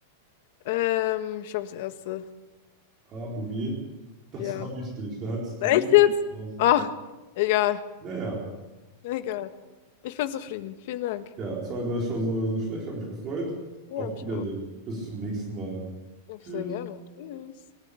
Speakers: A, on the left (about 45°); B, on the right (about 25°).
A: Ähm, ich glaube das erste.
B: Ah, Bouvier. Das
A: Ja.
B: war richtig, da hattest du
A: Echt
B: die
A: jetzt?
B: 4.000.
A: Ach, egal.
B: Naja, ja,
A: Egal. Ich bin zufrieden. Vielen Dank.
B: Ja, 32.000 Euro sind schlecht, habe mich gefreut.
A: Ja,
B: Auf
A: mich
B: Wiedersehen.
A: auch.
B: Bis zum nächsten Mal.
A: Ich
B: Tschüss.
A: sehr gerne. Tschüss.